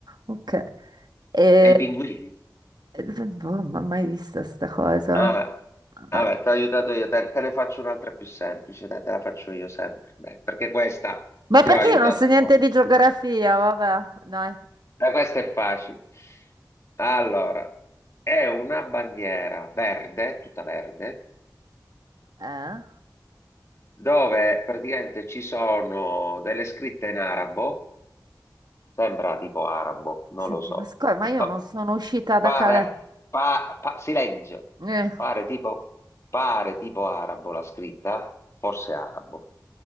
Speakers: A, on the right; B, on the left.
A: Ok. E...
B: E i pinguini.
A: e- Boh, ma mai vista sta cosa?
B: Ah,
A: Ah,
B: vabbè, ti ho aiutato io, te, te ne faccio un'altra più semplice, dai, te la faccio io sempre, dai, perché questa
A: Ma
B: ti
A: perché
B: ho aiutato
A: io non so niente
B: troppo.
A: di geografia? Vabbè, dai.
B: Dai, questa è facile. Allora, è una bandiera verde, tutta verde,
A: Eh?
B: dove praticamente ci sono delle scritte in arabo. Sembra tipo arabo, non
A: Senti,
B: lo so.
A: ma scusa, ma
B: Pa-
A: io
B: pa-
A: non sono uscita da
B: pare,
A: Calais.
B: pa- pa- silenzio.
A: Eh,
B: Pare tipo, pare tipo arabo la scritta, forse arabo.